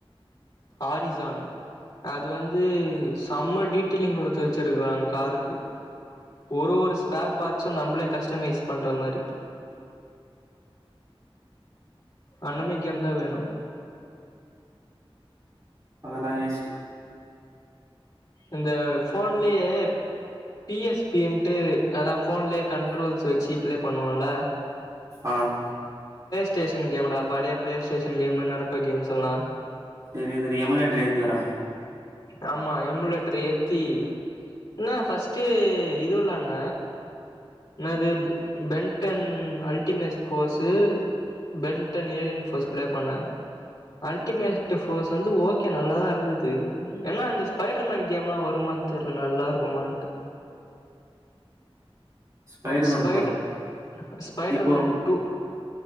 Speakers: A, on the left; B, on the right.
A: ஆரிசான் அது வந்து செம்ம டீட்டெலிங் குடுத்து வச்சிருக்கறாங்க காருக்கு. ஒரு ஒரு ஸ்பேர் பார்டஸும் நம்மளே கஸ்டமைஸ் பண்ற மாரிஹ அண்ணமை கேம்தா வேணு.
B: அதெல்லா வேஸ்ட்டு.
A: இந்த போன்லயே. பிஎஸ்பிஎன்ட்டு அதா போன்லயே கண்ட்ரோல்ஸ் வச்சு ப்ளே பண்ணுவோம்ல.
B: ஆஹ.
A: ஸ்டேஷன் கேம்டா பழைய play station game Naruto games எல்லா.
B: சேரி அந்த எமலேட்டரேத்தி வெளாடனு.
A: ஆமா எம்ளட் எத்தி என்ன ஃப்ஸ்ட்டு இது விளாண னேது Ben Ten ultimates force Ben Ten alien force play பண்ணன் அல்டிமேஸ்டு ஃபோர்ஸ் வந்து ஓகே நல்லாதான் இருக்குது ஏன்னா அந்த ஸ்பைடர்மேன் கேம்லாம் வருமானு தெரில நல்லா இருக்குமான்ட்டு
B: ஸ்பைடர்மேன்
A: ஸ்பைடர்
B: படம் தான்
A: ஸ்பைடர்மேன்
B: இப்போ
A: டூ